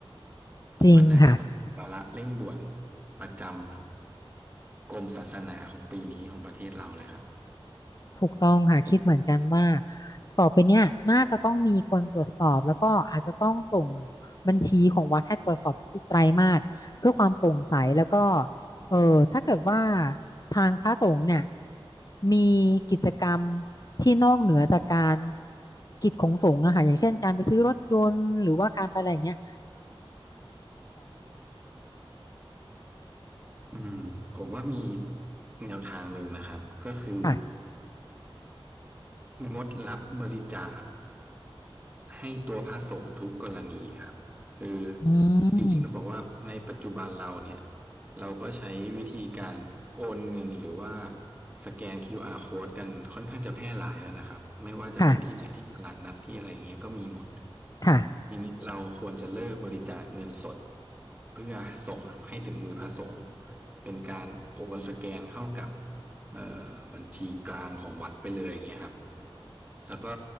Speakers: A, on the left (about 40°); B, on the right (about 15°).
A: จริงค่ะ
B: มันน่าจะต้องเป็นวาระเร่งด่วนประจำกรมศาสนาของปีนี้ของประเทศเราเลยครับ
A: ถูกต้องค่ะคิดเหมือนกันว่าต่อไปเนี่ยน่าจะต้องมีคนตรวจสอบแล้วก็อาจจะต้องส่งบัญชีของวัดให้ตรวจสอบทุกๆไตรมาสเพื่อความโปร่งใสแล้วก็เออถ้าเกิดว่าทางพระสงฆ์เนี่ยมีกิจกรรมที่นอกเหนือจากการกิจของสงฆ์อะค่ะอย่างเช่นการไปซื้อรถยนต์หรือว่าการไปอะไรอย่างเงี้ย
B: อืมผมว่ามีอีกแนวทางหนึ่งนะครับก็คือ
A: ค่ะ
B: งดรับบริจาค ให้ตัวพระสงฆ์ทุกกรณีครับคือ
A: อื
B: จริงๆต้องบอกว่าในปัจจุบันเราเนี่ย
A: ม
B: เราก็ใช้วิธีการโอนเงินหรือว่าสแกน QR code กันค่อนข้างจะแพร่หลายแล้วนะครับไม่ว่าจะเป็นที่ไหนที่ตลาดนัดที่อะไรอย่างเงี้ยก็มีหมด
A: ค่ะค่ะ
B: ทีนี้เราควรจะเลิกบริจาคเงินสดเพื่อส่งให้ถึงมือพระสงฆ์เป็นการโอนสแกนเข้ากับ เอ่อบัญชีกลางของวัดไปเลยอย่างเงี้ยครับแล้วก็